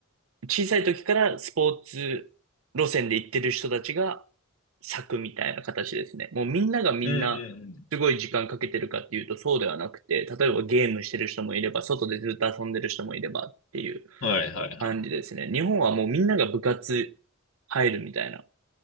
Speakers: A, on the right; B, on the left.
A: 小さい時からスポーツ路線で行ってる人たちが咲くみたいな形ですね。もうみんながみんな、
B: うん、うん、
A: すごい時間かけてるかっていうとそうではなくて、例えばゲームしてる人もいれば、外でずっと遊んでる人もいればっていう。
B: うん。はいはいはい。
A: 感じですね。日本はもうみんなが部活入るみたいな